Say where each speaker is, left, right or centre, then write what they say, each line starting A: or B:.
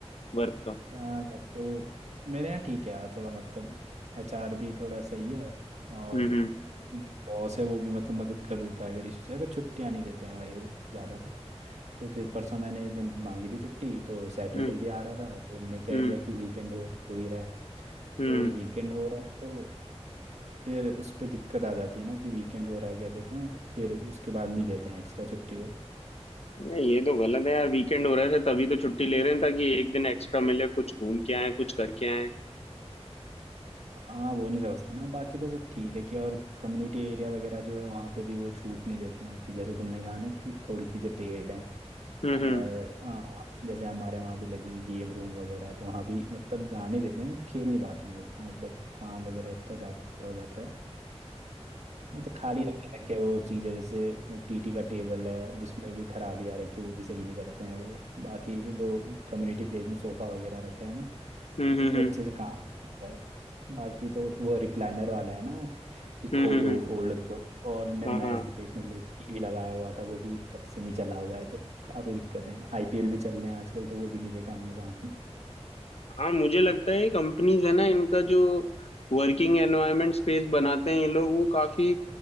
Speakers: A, on the left; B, on the right.
A: वर्क का
B: यार मैं तो मेरे यहाँ ठीक है यार थोड़ा मतलब एचआर भी थोड़ा सही है और
A: हम्म हम्म।
B: जो बॉस है वो भी मतलब मदद कर देता है अगर इशू चाहिए बस छुट्टियाँ नहीं देते हैं भाई वो ज़्यादा ना तो फिर परसों मैंने दिन मांगी थी छुट्टी तो सैटरडे
A: हम्म
B: भी आ रहा था तो उनने कह
A: हम्म
B: दिया कि वीकेंड हो हो ही रहा है
A: हम्म
B: तो वीकेंड हो रहा है तो फिर उस पर दिक्कत आ जाती है ना कि वीकेंड हो रहा है कह देते हैं फिर उसके बाद नहीं देते हैं एक्स्ट्रा छुट्टी वो
A: नहीं, ये तो गलत है यार वीकेंड हो रहा है तभी तो छुट्टी ले रहे हैं ताकि एक दिन एक्स्ट्रा मिले कुछ घूम के आए कुछ करके आए
B: हाँ वो नहीं समझते ना बाकी तो सब ठीक है कि और कम्युनिटी एरिया वगैरह जो है वहाँ पे भी वो छूट नहीं देते हैं कि जैसे तुमने कहा ना कि थोड़ी चीज़ें पेड हैं
A: हम्म
B: और
A: हम्म
B: हाँ जैसे हमारे वहाँ भी लगी गेम रूम वगैरह है तो वहाँ भी मतलब जाने देते हैं पर खेल नहीं पाते हैं हम इतना मतलब काम वगैरह इतना ज़्यादा हो जाता है मतलब खाली रखे रखे वो चीज़ है जैसे टीटी का टेबल है उसमें भी खराबी आ रखी है, वो भी सही नहीं करते हैं वो बाकी जो कम्युनिटी प्लेस में सोफ़ा वगैरह रखा है ना
A: हम्म
B: वो
A: हम्म
B: भी
A: हम्म
B: अच्छे से काम करता है बाकी तो वो रिक्लाइनर वाला है ना वो
A: हम्म
B: कि खोलो
A: हम्म हम्म,
B: फोल्ड करो और उनने
A: हाँ
B: मैच
A: हाँ
B: देखने के लिए टीवी भी लगाया हुआ था वो भी अब से नहीं चला हुआ है तो काफ़ी दिक्कतें हैं आईपीएल भी चल रहे हैं आजकल तो वो भी नहीं देखा हमने साथ में
A: हाँ मुझे लगता है कंपनीज है ना इनका जो वर्किंग एनवायरनमेंट स्पेस बनाते हैं ये लोग वो काफी